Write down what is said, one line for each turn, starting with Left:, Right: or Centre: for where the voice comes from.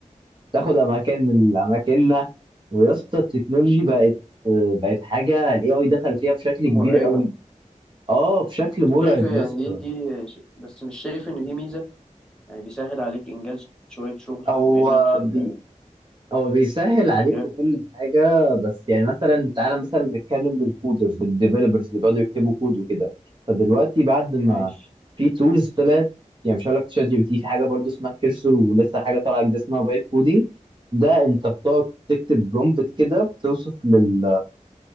Right: تاخد اماكن من اماكننا ويا اسطى التكنولوجي
Centre: مم.
Right: بقت آه، بقت حاجه الاي اي دخل فيها بشكل
Centre: مرعبة
Right: كبير قوي اه بشكل
Centre: بس
Right: مرعب
Centre: شايف يعني
Right: يا اسطى
Centre: دي دي ش- بس مش شايف إن دي ميزة يعني بيسهل عليك إنجاز شوية شغل
Right: هو
Centre: بما إنك في ال-
Right: بي هو بيسهل
Centre: في المجال
Right: عليك وكل حاجه بس يعني مثلا تعالى مثلا نتكلم بالكودرز الديفلوبرز اللي بيقعدوا يكتبوا كود وكده فدلوقتي بعد ما
Centre: ماشي
Right: في تولز طلعت يعني مش هقول لك تشات جي بي تي في حاجه برضو اسمها كيرسر ولسه حاجه طالعه جديده اسمها فايب كودينج ده انت بتقعد تكتب برومبت كده بتوصف لل